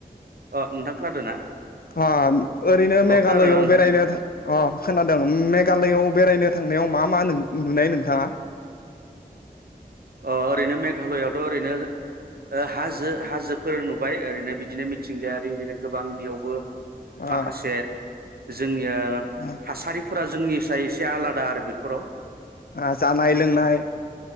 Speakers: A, on the right; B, on the left.
A: अ नोंथां खोनादोंना?
B: ओम ओरैनो मेघालयआव
A: अ नोंथां
B: बेरायनो अ खोनादों मेघालयआव बेरायनो थांनायाव मा मा नुनाय नोंथाङा?
A: अ ओरैनो मेघालयाव थ' ओरैनो हाजो हाजोफोर नुबाय ओरैनो बिदिनो मिथिंगायारि ओरैनो गोबां बेयावबो
B: ओ
A: माखासे जोंनि ओ
B: ओ
A: थासारिफोरा जों जोंनि साय एसे आलादा आरो बेफोराव
B: ओ जानाय लोंनाय